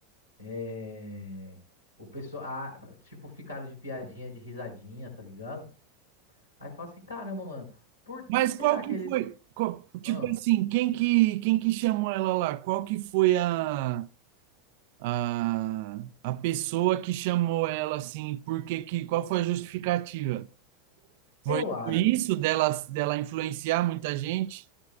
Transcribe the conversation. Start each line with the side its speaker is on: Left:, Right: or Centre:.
Left: É, o pessoal, ah, tipo, ficaram de piadinha, de risadinha, tá ligado? Aí fala assim, caramba, mano, por que
Right: Mas
Left: será
Right: qual que
Left: que eles...
Right: foi? qual- tipo
Left: Ahn?
Right: assim, quem que quem que chamou ela lá? Qual que foi a a, a pessoa que chamou ela assim, por que que, qual foi a justificativa?
Left: Eu
Right: Foi
Left: acho
Right: isso
Left: que
Right: dela, dela influenciar muita gente?